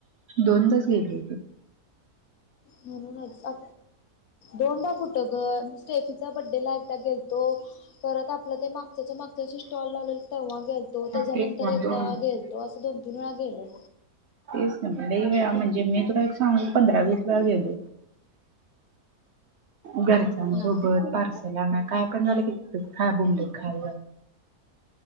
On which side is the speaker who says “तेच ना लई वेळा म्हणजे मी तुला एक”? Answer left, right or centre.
Right